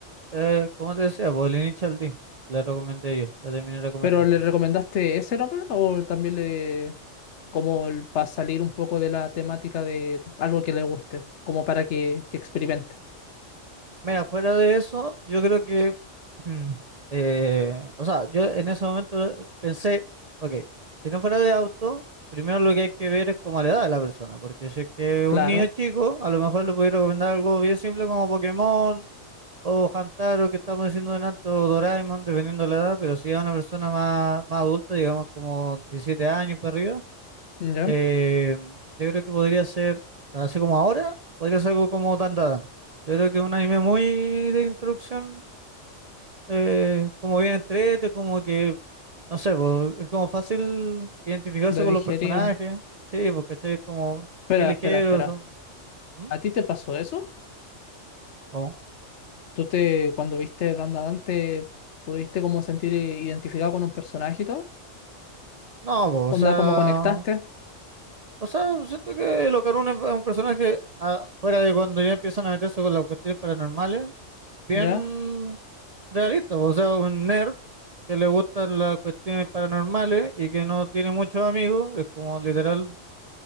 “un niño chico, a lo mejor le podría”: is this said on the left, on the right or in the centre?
Right